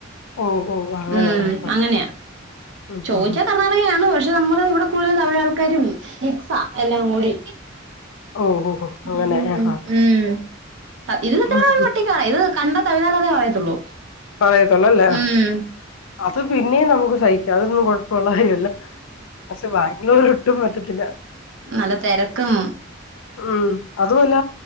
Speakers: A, on the left (about 85°); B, on the right (about 65°).
A: ഓഹൊ ഹോ ഓ അങ്ങനെ
B: ഉം
A: ആഹ്
B: അങ്ങനെയാ
A: ഉം
B: ചോദിച്ചാൽ
A: ഉം.
B: കർണാടകയാണ്. പക്ഷെ നമ്മള് ഇവിടെ കൂടുതൽ പല ആൾക്കാരും മിക്സാ എല്ലാം കൂടി.
A: ഓഹ് ഓ അങ്ങനെ
B: ഉം
A: ആഹാ
B: ഉം പ ഇത്
A: <inaudible>
B: <unintelligible> ഇത് കണ്ട തമഴ്നാടന്നേ പറയത്തുള്ളൂ.
A: പറയത്തുള്ളൂല്ലേ
B: ഉം
A: അത് പിന്നീം നമുക്ക് സഹിക്കാ അതൊന്നും. കൊഴ പ്പള്ള കാര്യല്ല പക്ഷെ ബാംഗ്ലൂർ ഒട്ടും പറ്റത്തില്ല
B: നല്ല തിരക്കും
A: ഉം, അതുവല്ല